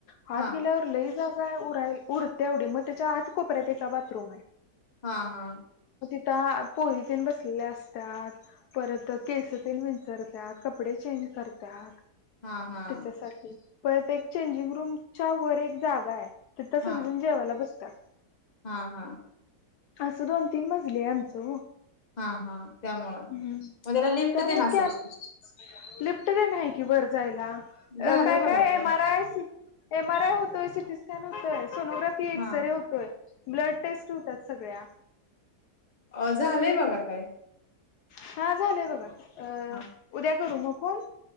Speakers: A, on the left (about 75°); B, on the left (about 25°).
A: हात
B: हा
A: गेल्यावर लई जागाय उर उर तेवढी मग त्याच्या हात कोपऱ्या त्याचा बाथरूम आहे
B: हा हा
A: त्या पोरीत बसलेल्या असतात परत केस रतात कपडे चेंज करतात
B: हा हा
A: त्याच्यासाठी परत एक चेंजिंग रूमच्या वर एक जागा आहे तिथं
B: हा
A: सगळीजण जेवायला बसतात
B: हा हा
A: असं दोन तीन मजले आहे आमचं
B: हा हा त्यामुळं
A: हम्म
B: मग त्याला लिफ्ट
A: त्यामुळे
B: ते नसेल
A: काय लिफ्ट देण आहे की वर जायला
B: झालं
A: काय
B: बघा
A: काय
B: ताई
A: M R I M R I होतोय सिटी स्कॅन होतोय सोनोग्राफी एक्सरे
B: हा
A: होतोय ब्लड टेस्ट होतात सगळ्या
B: अ झालंय बघा काय
A: हा झालंय बघा अ
B: हा
A: उद्या करू मग फोन